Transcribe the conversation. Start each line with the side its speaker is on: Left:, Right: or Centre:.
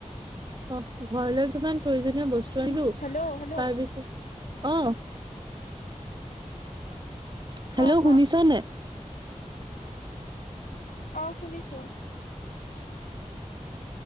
Right: অ ঘৰলৈ যিমান প্ৰয়োজনীয় বস্তু
Left: উম
Right: আনিলো।
Left: হেল্ল' হেল্ল'
Right: তাৰ পিছত অ,
Left: <unintelligible>
Right: হেল্ল!
Left: ক
Right: শুনিছনে?
Left: অ, শুনিছোঁ।